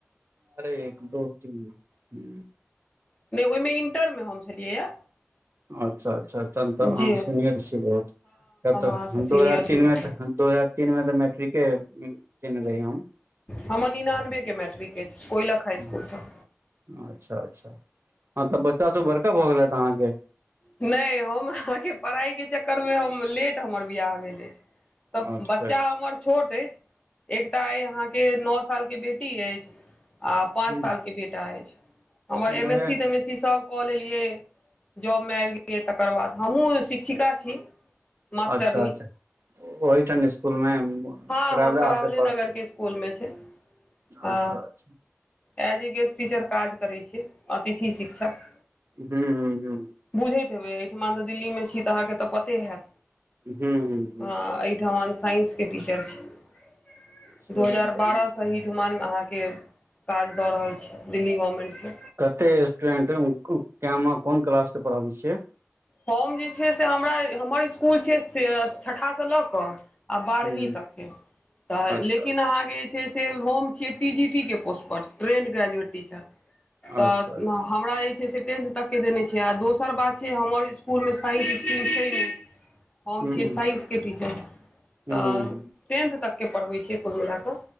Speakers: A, on the right; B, on the left.
A: अरे एक दो तीन ह
B: नहि ओहिमे इंटरमे हम छलियैए
A: अच्छा अच्छा तहन तऽ
B: जी
A: अह
B: हँ
A: सीनियर छी बहुत तब त
B: अहाँसँ
A: हम
B: सीनियर
A: तऽ दू हजार
B: छी
A: तीन
B: तखन
A: मे तऽ दू हजार तीन मे तऽ मैट्रिके कने रही हम
B: हमर निनानबे के मैट्रिक अछि कोयलक हाई
A: हम्म,
B: स्कुल सँ
A: अच्छा अच्छा हँ त बच्चा सब बड़का भऽ गेलत अहाँके
B: नहि हम अहाँके पढ़ाई के चक्करमे हम लेट हमर बियाह भेल अछि तऽ
A: अच्छा
B: बच्चा
A: अच्छा
B: हमर छोट अछि एकटा अइ अहाँके नौ साल के बेटी अछि आ पाँच
A: हम्म,
B: सालके बेटा अछि हमर एम
A: अरे
B: एस सी तेम एससी सभ कऽ लेलियै मे आबि गेलिये तकर बाद हमहूँ शिक्षिका छी मास्टरनी
A: अच्छा अच्छा ओहि ठाम स्कूल मे
B: हँ
A: करवरा
B: हँ करावले
A: आसे पास
B: नगरके स्कुलमे छै आ
A: अच्छा अच्छा
B: एज ए गेस्ट टीचर काज करै छियै अतिथि शिक्षक
A: हू हू हू
B: बुझयत हेवय आहा त दिल्ली मे छी त आहा के पते हैत
A: हूँ हूँ हूँ
B: हँ अय अयठमन साइंस के टीचर छि
A: चलू
B: दू हजार
A: बढ़िया
B: बारह अही ठुमान अहाँके काज दऽ रहल छै दिल्ली गवर्मेन्ट के
A: कते स्टूडेंट क मे कोन क्लास के पढ़ाबै छियै
B: हम जे छै से हमरा हमर इसकुल छै से छठा सँ लऽ कऽ आ
A: हम्म
B: बारहवीं तक के तऽ
A: अच्छा
B: लेकिन अहाँके छै जे से टी जी टी के पोस्ट पर ट्रेंड ग्रेजुएट टीचर
A: अच्छा
B: तऽ
A: अच्छा
B: हमरा जे छै से टेंथ तक के देने छै आ दोस दोसर बात छै हमर स्कूल मे साइंस इंस्टीम छै ने
A: अच्छा
B: हम
A: हूँ
B: छियै साइंसके टीचर
A: हूँ
B: तऽ
A: हूँ
B: टेंथ तकके पढ़बै छियै कुल मिल कऽ